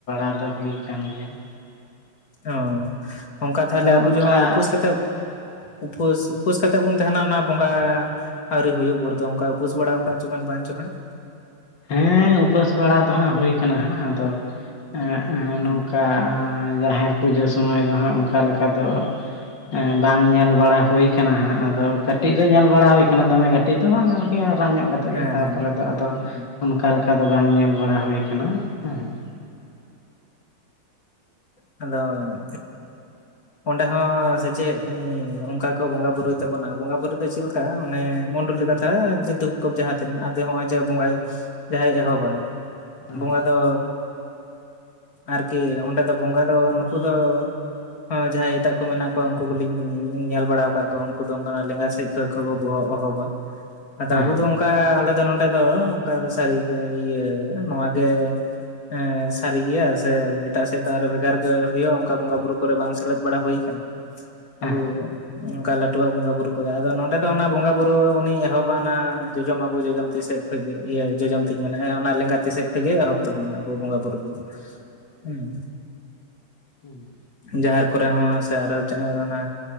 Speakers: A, on the left (about 75°); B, on the left (about 50°).
A: ᱟᱫᱚ ᱦᱩᱭ ᱠᱟᱱ ᱜᱮᱭᱟ ᱾
B: ᱚ ᱚᱱᱠᱟ ᱛᱟᱦᱞᱮ
A: ᱟᱫᱚ
B: ᱟᱵᱚ
A: ᱚᱱᱠᱟ
B: ᱡᱮ ᱱᱚᱜᱼᱚᱭ ᱩᱯᱟᱹᱥ ᱠᱟᱛᱮᱫ ᱩᱯᱟᱹᱥ ᱩᱯᱟᱹᱥ ᱠᱟᱛᱮ‌ ᱵᱚᱱ ᱛᱟᱦᱮᱱᱟ ᱚᱱᱟ ᱵᱚᱸᱜᱟ ᱟᱹᱣᱨᱤ ᱦᱩᱭᱩᱜ ᱵᱷᱳᱨ ᱫᱚ ᱚᱝᱠᱟ ᱩᱯᱟᱹᱥ ᱵᱟᱲᱟᱣ ᱟᱠᱟᱫ ᱪᱚᱵᱮᱱ ᱵᱟᱝ ᱪᱚ ᱦᱟᱸᱜ ᱾
A: ᱦᱮᱸ ᱩᱯᱟᱹᱥ ᱵᱟᱲᱟ ᱫᱚ ᱦᱟᱸᱜ ᱦᱩᱭ ᱠᱟᱱᱟ ᱦᱟᱸᱜ ᱟᱫᱚ ᱮᱸ ᱮᱸ
B: ᱦᱮᱸ
A: ᱱᱚᱝᱠᱟ ᱮᱸ ᱡᱟᱦᱮᱨ ᱯᱩᱡᱟᱹ ᱥᱚᱢᱚᱭ ᱫᱚ ᱦᱟᱸᱜ ᱚᱱᱠᱟ ᱞᱮᱠᱟ ᱫᱚ ᱮᱸ ᱵᱟᱝ ᱧᱮᱞ ᱵᱟᱲᱟ ᱦᱩᱭ ᱠᱟᱱᱟ ᱦᱟᱸᱜ ᱟᱫᱚ ᱠᱟᱹᱴᱤᱡ ᱨᱮ ᱧᱮᱞ ᱵᱟᱲᱟ ᱦᱩᱭ ᱟᱠᱟᱱᱟ ᱫᱚᱢᱮ ᱠᱟᱹᱴᱤᱡ ᱠᱟᱹᱴᱤᱡ ᱫᱚ ᱵᱟᱝ ᱟᱨᱠᱤ ᱦᱟᱨᱟ ᱧᱚᱜ ᱠᱟᱛᱮᱫ
B: ᱦᱮᱸ
A: ᱜᱮ ᱛᱟᱨᱯᱚᱨᱮ ᱫᱚ ᱟᱫᱚ
B: ᱦᱮᱸ
A: ᱚᱱᱠᱟ ᱞᱮᱠᱟ ᱫᱚ ᱵᱟᱝ ᱧᱮᱞ ᱵᱟᱲᱟ ᱦᱩᱭ ᱟᱠᱟᱱᱟ ᱦᱮᱸ ᱾
B: ᱦᱮᱸ ᱟᱫᱚ ᱚᱸᱰᱮ ᱦᱚᱸ ᱥᱮᱪᱮᱜ ᱚᱱᱠᱟ ᱠᱚ ᱵᱚᱸᱜᱟ ᱵᱩᱨᱩᱭ ᱛᱟᱵᱚᱱᱟ ᱵᱚᱸᱜᱟ ᱵᱩᱨᱩ ᱫᱚ ᱪᱮᱞ ᱠᱟᱜ-ᱟ ᱚᱱᱮ ᱢᱚᱱᱰᱚᱞᱤ ᱠᱟᱛᱷᱟ ᱡᱮ ᱫᱩᱠ ᱠᱚ ᱡᱟᱦᱟᱸ ᱛᱤᱱᱟᱹᱜ ᱟᱫᱮ ᱦᱚᱸᱜ-ᱚᱭ ᱡᱚ ᱵᱚᱸᱜᱟᱭ
A: ᱦᱮᱸ
B: ᱡᱟᱦᱟᱸᱭ ᱮᱦᱚᱵᱟ
A: ᱦᱮᱸ
B: ᱵᱚᱸᱜᱟ ᱫᱚ ᱟᱨᱠᱤ ᱚᱸᱰᱮ ᱫᱚ ᱵᱚᱸᱜᱟ ᱫᱚ ᱱᱩᱠᱩ ᱫᱚ ᱦᱚᱸ ᱡᱟᱦᱟᱸᱭ ᱮᱴᱟᱜ ᱠᱚ ᱢᱮᱱᱟᱜ ᱠᱚᱣᱟ ᱩᱱᱠᱩ ᱠᱚᱞᱤᱧ ᱧᱮᱞ ᱵᱟᱲᱟᱣ ᱟᱠᱟᱫ ᱠᱚᱣᱟ ᱩᱱᱠᱩ ᱫᱚ ᱞᱮᱸᱜᱟ ᱥᱮᱡ ᱠᱚ ᱠᱚᱵᱚ ᱵᱚᱦᱚᱜ ᱚᱦᱚᱵᱟ ᱟᱫᱚ
A: ᱦᱮᱸ
B: ᱟᱵᱚ ᱫᱚ ᱚᱝ ᱠᱟ ᱟᱞᱮ ᱫᱚ ᱱᱚᱰᱮ ᱫᱚ ᱚᱝᱠᱟ ᱥᱟᱹᱨᱤᱜᱮ ᱤᱭᱟᱹ ᱱᱚᱣᱟᱜᱮ ᱦᱮᱸ ᱥᱟᱹᱨᱤ ᱜᱮᱭᱟ ᱥᱮ ᱮᱴᱟᱜ ᱥᱮᱫ ᱫᱚ ᱟᱨᱚ ᱵᱷᱮᱜᱟᱨ ᱜᱮ ᱦᱩᱭᱩᱜ-ᱟ ᱚᱝᱠᱟ ᱵᱚᱸᱜᱟ ᱵᱩᱨᱩ ᱠᱚᱨᱮ ᱵᱟᱝ ᱥᱮᱞᱮᱫ ᱵᱟᱲᱟ ᱦᱩᱭ ᱟᱠᱟᱱᱟ
A: ᱦᱮᱸ
B: ᱟᱵᱩ ᱚᱝᱠᱟ ᱞᱟᱹᱴᱩᱣᱟᱜ ᱵᱚᱸᱜᱟ ᱵᱩᱨᱩ ᱠᱚᱫᱚ ᱟᱫᱚ ᱱᱚᱰᱮ ᱫᱚ ᱚᱱᱟ ᱵᱚᱸᱜᱟ ᱵᱩᱨᱩ ᱩᱱᱤ ᱮᱦᱚᱵᱟ ᱚᱱᱟ ᱡᱚᱡᱚᱢ ᱟᱵᱚ ᱡᱚᱡᱚᱢ ᱛᱤᱥᱮᱫ ᱠᱷᱚᱡ ᱜᱮ ᱤᱭᱟᱹ ᱡᱚᱡᱚᱢ ᱛᱤᱧ ᱢᱮᱱᱟᱜ-ᱟ ᱚᱱᱟ ᱞᱮᱸᱜᱟ ᱛᱤ ᱥᱮᱫ ᱠᱷᱚᱡ ᱜᱮ ᱮᱦᱚᱵ ᱛᱚᱦᱚᱯ ᱟᱵᱚ ᱵᱚᱸᱜᱟ ᱵᱩᱨᱩ ᱫᱚ ᱦᱩᱸ᱾
A: ᱦᱩᱸ
B: ᱡᱟᱦᱮᱨ ᱠᱚᱨᱮ ᱦᱚᱸ ᱥᱮ ᱟᱨᱚ ᱡᱟᱦᱟᱸ ᱚᱱᱟ